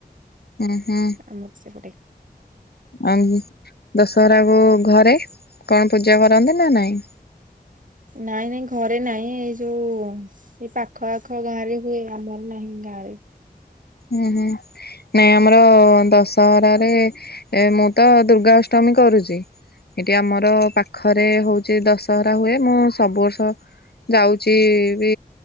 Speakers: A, on the left; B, on the right.
A: ଉଁ ହୁଁ।
B: ଆମର ସେପଟେ
A: ଆଙ୍ଗୁ ଦଶହରା କୁ ଘରେ କଣ ପୂଜା କରନ୍ତି ନା ନାଇଁ?
B: ନାଇଁ ନାଇଁ ଘରେ ନାଇଁ ଏଇ ଯୋଉ ସେଇ ପାଖ ଆଖ ଗାଁରେ ହୁଏ ଆମର ନାହିଁ ଗାଁରେ।
A: ଉଁ ହୁଁ। ନାଇଁ ଆମର ଦଶହରାରେ ମୁଁ ତ ଦୁର୍ଗା ଅଷ୍ଟମୀ କରୁଚି। ଏଠି ଆମର ପାଖରେ ହଉଚି ଦଶହରା ହୁଏ ମୁଁ ସବୁ ବର୍ଷ ଯାଉଚି ବି